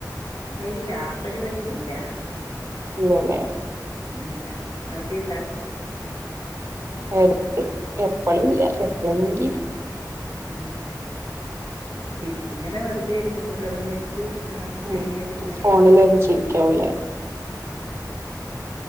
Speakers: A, on the left; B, on the right.
A: ഇല്ല ആപ്പരുവാടിയൊന്നില്ല
B: ഇല്ലല്ലേ
A: ഇല്ല ആടെയ്ണ്ടാ
B: എടയ്ക്ക് എപ്പളുല്ല എപ്പളെങ്കി
A: ഉം ഇപ്പങ്ങനെ വെറുതെയിരിക്കും ഫുഡെല്ലാം കഴിച്ച് എല്ലാം ക്ലീനെയ്തിങ്ങനെയിരിക്കും
B: ഉം ഫോണില് കളിച്ചിരിക്കാവൂലേ